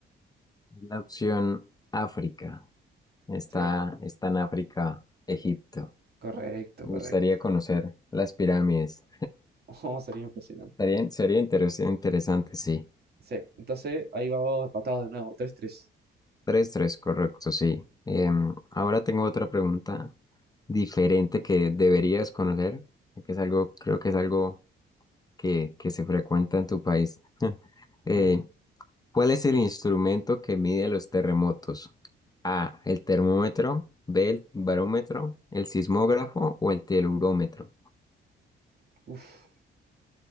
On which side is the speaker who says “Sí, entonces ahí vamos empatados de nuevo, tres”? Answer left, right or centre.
Right